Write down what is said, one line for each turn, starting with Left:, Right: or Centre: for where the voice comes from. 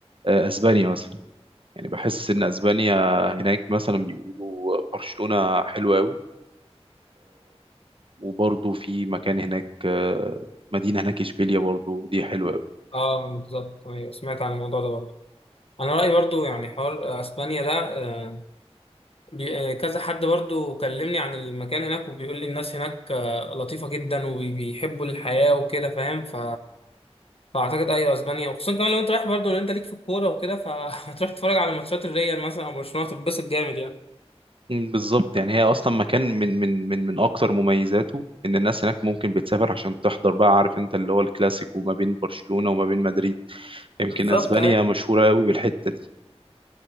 Right: آه، اسبانيا مثلا يعني بحس ان اسبانيا هناك مثلا بيقولوا برشلونة حلوة قوي وبرضه في مكان هناك آه، مدينة هناك اشبيليا برضه دي حلوة قوي
Left: اه بالظبط ايوه سمعت عن الموضوع ده برضه انا رايي برضه يعني حوار آه، اسبانيا ده آه، بي- آه، كذا حد برضه كلمني عن المكان هناك وبيقول لي الناس هناك آه، لطيفه جدا وبيحبوا الحياه وكده فاهم ف فاعتقد ايوه اسبانيا وخصوصا كمان لو انت رايح برضه لو انت ليك في الكوره وكده فهتروح <laughs> تتفرج على ماتشات الريال مثلا او برشلونه تتبسط جامد يعني
Right: مم، بالظبط يعني هي اصلا مكان من من من من اكتر مميزاته ان الناس هناك ممكن بتسافر عشان تحضر بقى عارف انت اللي هو الكلاسيكو ما بين برشلونة وما بين مدريد يمكن
Left: بالظبط
Right: اسبانيا
Left: اي
Right: مشهورة قوي بالحتة دي